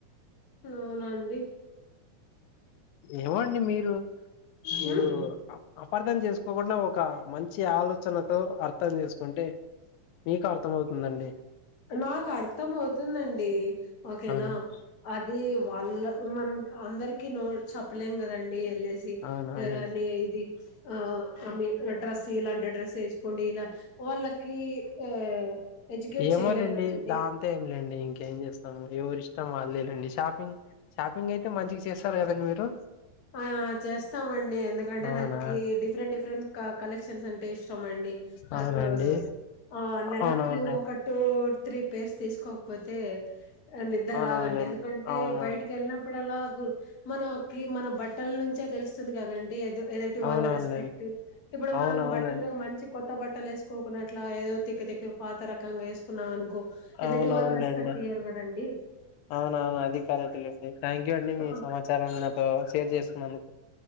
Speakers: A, on the left (about 50°); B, on the left (about 85°).
A: అవునండి
B: ఏమో అండి మీరు మీరు
A: ఉమ్,
B: అపార్థం చేసు కోకుండా ఒక మంచి ఆలోచనతో అర్థం చేసుకుంటే మీకు అర్థం అవుతుందండి
A: నాకు అర్థం అవుతుందండి ఓకేనా
B: అవునండి
A: అది వాళ్ళ మనం అందరికి నో చెప్పలేం కదండి ఎల్లేసి
B: అవున అవునండి
A: అయినా నీది ఆ డ్రెస్ ఇలాంటి డ్రెస్ యేసుకోండి ఇలా వాళ్ళకి ఆ ఎడ్యుకేట్
B: ఏమోలేండి
A: చేయలేం కదండి
B: దాంతో ఏమి లేండి ఇంక ఏం చేస్తాము ఎవరి ఇష్టం వాళ్ళేలేండి షాపింగ్ షాపి పింగ్ అయితే మంచిగ చేస్తారు కదండి మీరు
A: ఆ చేస్తామండి ఎందుకంటే
B: అవునా
A: నాకి డిఫరెంట్ డిఫరెంట్ కా కలెక్షన్స్ అ ఇష్టం అండి నాకు
B: అవునండి
A: ఆ నెలకు
B: అవునవునులే
A: ఒకటీ త్రీ పేర్స్ తీసుకోకపోతే నిదర్
B: అవునవునులే
A: రాదండి ఎందుకంటే
B: అవునవును
A: బయటికి యెళ్ళినప్పుడు అలా మనకి మన బట్టల నుంచే తెలుస్తుంది కదండి అద ఏదుటి
B: అవునవునులేండి
A: వాళ్ళ రెస్పెక్ట్ ఇప్పుడు
B: అవునవునండి
A: మనం బట్టలో మంచి కొత్త కొత్త బట్టలు యేసుకోకున్నట్లా ఏదో తిక్క తక్క పాత రకంగా యేసుకున్నాం అనుకో
B: అవునవునులేండి
A: ఎదుటి వాళ్ళు రెస్పెక్ట్ ఇయ్యరు కదండి
B: అవును అవును అధికరెక్టేలేండి థ్యాంక్ యూ అండి
A: ఆ,
B: మీ సమాచారం నాతో షేర్ చేసుకున్నందు